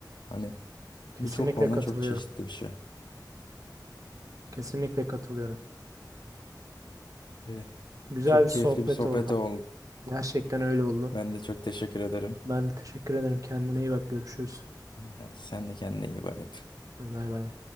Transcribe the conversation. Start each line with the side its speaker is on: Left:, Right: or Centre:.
Left: Hani
Right: Kesinlikle
Left: birçok konudan
Right: katılıyorum.
Left: çok çeşitli bir şey.
Right: Kesinlikle katılıyorum.
Left: Evet.
Right: Güzel
Left: Çok
Right: bir sohbet
Left: keyifli bir sohbet
Right: oldu.
Left: oldu.
Right: Gerçekten öyle oldu.
Left: Ben de çok teşekkür ederim.
Right: Ben de teşekkür ederim. Kendine iyi bak. Görüşürüz.
Left: Yani sen de kendine iyi bak.
Right: Bay bay.